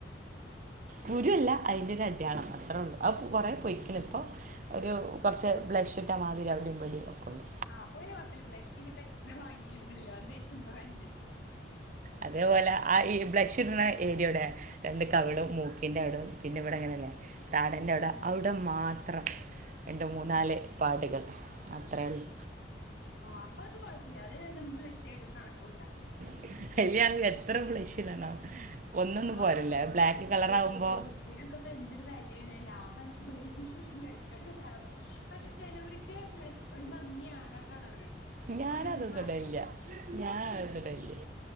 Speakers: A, on the right; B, on the left.
A: കുരു അല്ല അതിൻ്റെ ഒരു അടയാളം അത്രേ ഉള്ളൂ അ കുറേ പൊയ്ക്കണ് ഇപ്പോൾ ഒരു കുറച്ച് ബ്ലഷ് ഇട്ട മാതിരി അവിടെയും ഇവിടേം ഒക്കള്ളൂ
B: ആഹ് അപ്പോ പിന്നെ കുഴപ്പില്ല ബ്ലഷ് ഇനിപ്പോ എക്സ്ട്രാ വാങ്ങിക്കണ്ടല്ലോ അത് <unintelligible>
A: അതേപോലെ ആഹ് ഈ ബ്ലഷ് ഇടുന്ന ഏരിയയുടെ രണ്ട് കവിളും മൂക്ക പിന്നെ അവിടെ പിന്നെ ഇവിടെ അങ്ങനല്ലേ താടൻ്റെ അവിടെ
B: ഉം
A: അവിടെ മാത്രം രണ്ടു മൂന്നാല് പാടുകൾ അത്രേ ഒള്ളു
B: ഓഹ് അപ്പൊ അത് കുഴപ്പില്ല അത് നമ്മക്ക് ബ്ലഷ് ആയിട്ട് കണക്ക് കൂട്ടാം
A: <unintelligible> എത്ര ബ്ലഷ് ഇടണം ഒന്നൊന്നും
B: ആഹ്
A: പോരല്ല ബ്ലാക്ക് കളറാവുമ്പോ
B: ശരിയാ ബ്ലഷിന് ഒക്കെ ഇപ്പൊ എന്തൊരു വിലയാണ് ലാഭായി <unintelligible> പക്ഷെ ചെലവരിക്ക് ബ്ലഷ് ഒരു ഭംഗിയാണ് ആ കളറ്
A: ഞാൻ
B: കുരുവിന്റെ
A: അതൊന്നും
B: പാട്.
A: ഇടല്ല്യ ഞാൻ അതൊന്നും ഇടല്ല്യ